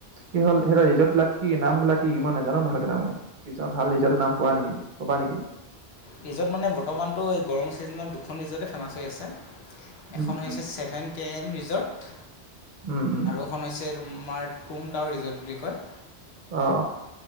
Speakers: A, on the right; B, on the left.
A: কি হল সেই ডখোৰৰ ৰিজৰ্টবিলাক কি নাম বিলাক কি মই নেজানো ভালকে তাৰ মানে। কিছুমান ভাল ৰিজৰ্টওৰ নাম কোৱা নেকি কবা নেকি?
B: ৰিজৰ্ট মানে বৰ্তমানটো এই গৰম ছিজনত দুখন ৰিজৰ্টে ফেমাচ হৈ আছে
A: উম
B: এখন
A: উম
B: হৈছে ছেভেন কে এম ৰিজৰ্ট
A: উম উম
B: আৰু এখন হৈছে তোমাৰ টুং টাও ৰিজৰ্ট বুলি কয়
A: অ অ